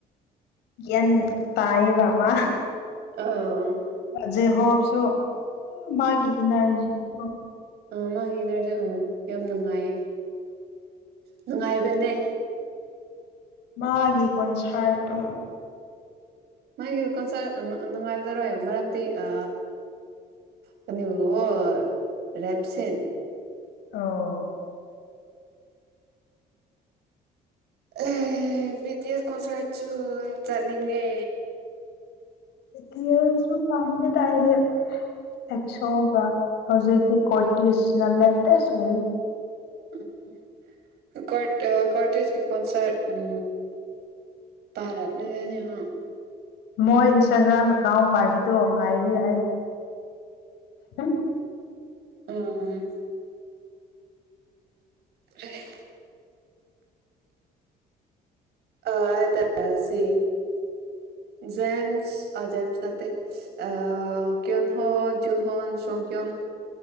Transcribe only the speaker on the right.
ꯑꯥ
ꯑ ꯃꯥꯒꯤ ꯅꯔꯖꯤ ꯎꯝ ꯌꯥꯝ ꯅꯨꯡꯉꯥꯏꯌꯦ ꯅꯨꯡꯉꯥꯏꯕꯅꯦ
ꯃꯥꯒꯤ ꯀꯣꯟꯁꯔꯗ ꯅꯨꯡꯉꯥꯏꯖꯔꯣꯏ ꯃꯔꯝꯗꯤ ꯑ ꯀꯅꯤ ꯂꯑꯣ ꯔꯦꯞꯁꯤꯟ
ꯑ ꯕꯤꯇꯤ ꯑꯦꯁ ꯀꯣꯟꯁꯔꯠꯁꯨ ꯆꯠꯅꯤꯡꯉꯦ
ꯎꯝ ꯀꯣꯔ ꯀꯣꯠꯇꯦꯖꯀꯤ ꯀꯣꯟꯁꯔꯠ ꯎꯝ ꯇꯥꯔꯅꯦ <unintelligible>
ꯑꯝ ꯔꯩ ꯑ ꯇ ꯁꯤ ꯖꯦꯟꯁ ꯑ ꯖꯦꯝꯁ ꯅꯇꯩ ꯑ ꯀꯌꯣꯟ ꯍꯣ ꯖꯨꯍꯣꯟ ꯁꯣꯡ ꯀꯌꯣꯟ